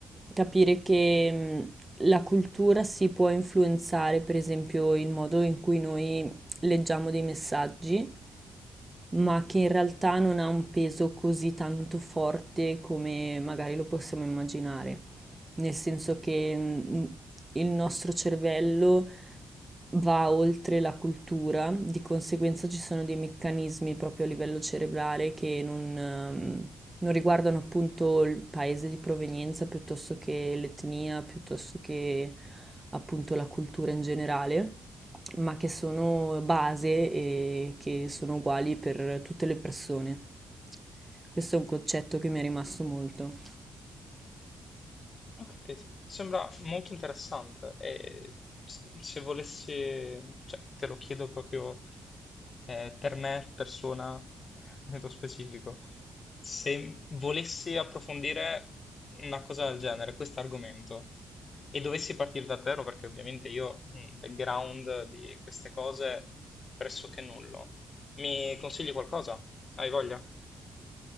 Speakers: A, on the right; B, on the left.
A: capire che mh, la cultura si può influenzare, per esempio, il modo in cui noi leggiamo dei messaggi ma che in realtà non ha un peso così tanto forte come magari lo possiamo immaginare. Nel senso che mm, mm, il nostro cervello va oltre la cultura, di conseguenza ci sono dei meccanismi proprio a livello cerebrale che non, ehm, non riguardano appunto il paese di provenienza piuttosto che l'etnia, piuttosto che appunto la cultura in generale ma che sono base e che sono uguali per tutte le persone. Questo è un concetto che mi è rimasto molto.
B: Ho capito, sembra molto interessante e s- se volessi, cioè te lo chiedo proprio eh, per me, persona, nello specifico, se volessi approfondire una cosa del genere, questo argomento, e dovessi partire da zero, perché ovviamente io un background di queste cose pressoché nullo, mi consigli qualcosa? Hai voglia?